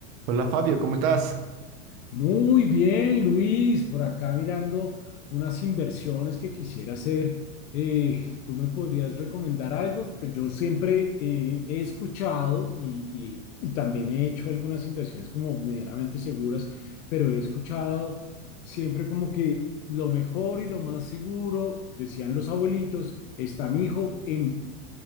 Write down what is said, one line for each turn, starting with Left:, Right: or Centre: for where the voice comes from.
Right: Hola Fabio, ¿cómo estás?
Left: Muy bien, Luis, por acá mirando unas inversiones que quisiera hacer. Eh, ¿tú me podrías recomendar algo? Pues yo siempre eh, he escuchado y, y- y también he hecho algunas inversiones como medianamente seguras, pero he escuchado siempre como que lo mejor y lo más seguro, decían los abuelitos, está mi hijo en